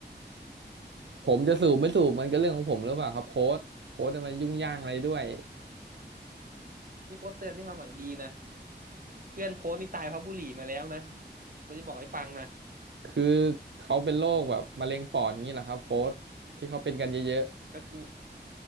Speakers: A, on the right; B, on the right.
A: ผมจะสูบไม่สูบมันก็เรื่องของผมหรือเปล่าครับโค้ชโค้ชจะมายุ่งย่างอะไรด้วย
B: นี่โค้ชเตือนด้วยความหวังดีนะเพื่อนโค้ชนี่ตายเพราะบุหรี่มาแล้วนะก็จะบอกให้ฟังนะ
A: คือเขาเป็นโรคแบบมะเร็งปอดอย่างนี้เหรอครับโค้ชที่เขาเป็นกันเยอะ
B: ก็คือ